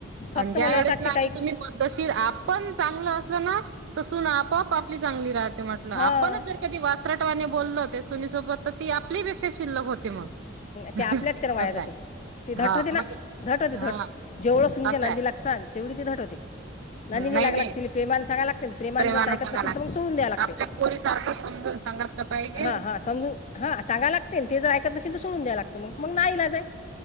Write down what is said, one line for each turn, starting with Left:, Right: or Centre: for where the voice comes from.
Left: फक्त
Right: आणि ज्या
Left: मला
Right: वेळेस
Left: असं वाटते
Right: ना आता
Left: काही
Right: तुम्ही पद्धतशीर आपण चांगलं असलं ना तसून आपप आपली च राह म्हट आपण
Left: हां
Right: जर कधी वासरटवाने बोलल हो सोनीसोबत तर ती आपलीपेा शिल्क होते मग.
Left: ते
Right: असं
Left: आपल्याच त्यान वाया जाते
Right: आहे
Left: ते धटवते
Right: हा
Left: ना
Right: मग
Left: धटवते
Right: हा
Left: धट जेवळं सुनीच्या
Right: असं
Left: नांदी
Right: आहे.
Left: लागत तेवढी ती टवते नंदिनी
Right: नाही
Left: लागलाग
Right: नाही
Left: ति प्रेमाने सगय लाग प्रेमा
Right: प्रेमानं
Left: जर ऐकत
Right: सांगायला
Left: नसेल
Right: लागते.
Left: तर मग सोडून द्या लागते
Right: आपल्या पोरीसारखं समजून सांगितलं पाहिजे.
Left: हा हा समून हां सांगाय लागते ना ते जर ऐकत नसेन तर सोडून द्याय लागते मग ना आईला जा आहे